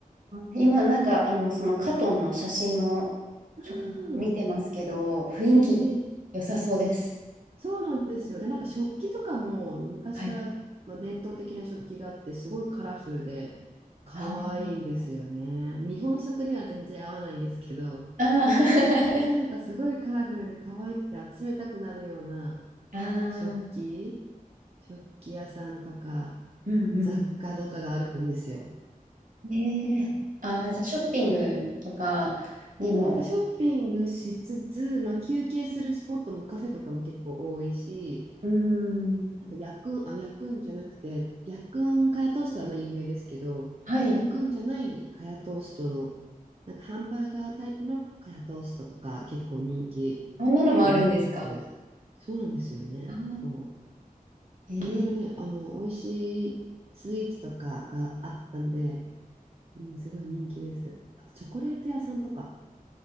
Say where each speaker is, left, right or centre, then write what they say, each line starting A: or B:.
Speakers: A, on the right; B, on the right.
A: 今、なんか、あの、そのカトンの写真をちょこっと見てますけど、
B: ああ、
A: 雰囲気良さそうです。
B: ええええそうなんですよ。で、なんか食器とかも昔から、
A: はい。
B: まあ、伝統的な食器があって、すごいカラフルで可愛いんですよね。
A: あー
B: 日本食には全然合わないんですけど、
A: あー
B: なんかすごいカラフルで可愛くて集めたくなるような
A: <laughs> あー、
B: 食器、食器屋さんとか
A: うんうんうん。
B: 雑貨とかがあるんですよ。
A: ねえ。ああ、
B: うん
A: じゃあショッピングとかにも。
B: で、なんかショッピングしつつ、まあ、休憩するスポットもカフェとかも結構多いし、
A: うーん。
B: あと、ヤクン、あ、ヤクンじゃなくて、ヤクンカヤトーストはまあ有名ですけど、
A: はい。
B: ヤクンじゃないカヤトーストの、なんかハンバーガータイプのカヤトーストとか結構人気、
A: こんなのもあるんですか
B: 人気です。そうなんですよね。
A: ああ、
B: そ
A: えー、
B: う。いろいろね、あの、美味しいスイーツとかがあったんで、うん、すごい人気です。あと、チョコレート屋さんとか、